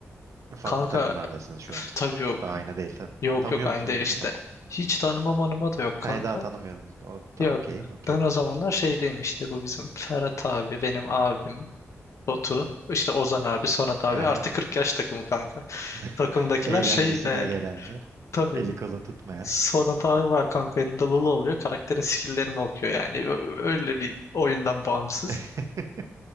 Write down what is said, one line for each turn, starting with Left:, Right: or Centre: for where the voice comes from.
Right: E, Farklı
Left: Kanka
Right: takımlardasınız şu
Left: üf,
Right: an.
Left: tabii yok.
Right: Daha aynı değil sen.
Left: Yok
Right: Tanıyor
Left: yok aynı
Right: musunuz
Left: değil işte.
Right: birbirini?
Left: Hiç tanımam anıma da yok
Right: Hayır
Left: kanka.
Right: daha tanımıyorsunuz. O, ta,
Left: Yok.
Right: okey okey.
Left: Ben o zamanlar şeydeyim işte bu bizim Ferhat abi, benim abim, Batu, işte Ozan abi, Sonat
Right: Hı
Left: abi
Right: hı.
Left: artı 40 yaş takımı kanka.
Right: <laughs>
Left: Takımdakiler
Right: Eğlencesine
Left: şey değerli.
Right: gelenler.
Left: Tabii.
Right: Eli kolu tutmayan.
Left: Sonat abi var kanka elinde Lulu oluyor. Karakterin skill'lerini okuyor yani. Ö- Öyle bir oyundan bağımsız.
Right: <laughs>